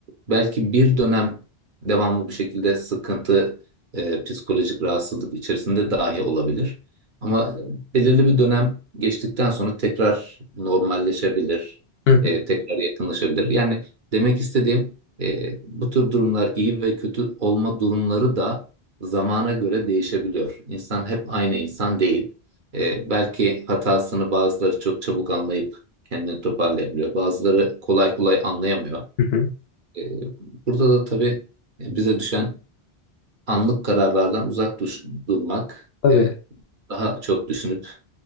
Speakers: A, on the right (about 55°); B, on the left (about 70°).
A: belki bir dönem devamlı bu şekilde sıkıntı e, psikolojik rahatsızlık içerisinde dahi olabilir. Ama belirli bir dönem geçtikten sonra tekrar normalleşebilir,
B: Hı
A: e,
B: hı.
A: tekrar yakınlaşabilir. Yani demek istediğim e, bu tür durumlar iyi ve kötü olma durumları da zamana göre değişebiliyor. İnsan hep aynı insan değil. E, belki hatasını bazıları çok çabuk anlayıp kendini toparlayabiliyor. Bazıları kolay kolay anlayamıyor.
B: Hı hı.
A: E, burada da tabii bize düşen anlık kararlardan uzak duş- durmak,
B: Tabii.
A: e, daha çok düşünüp,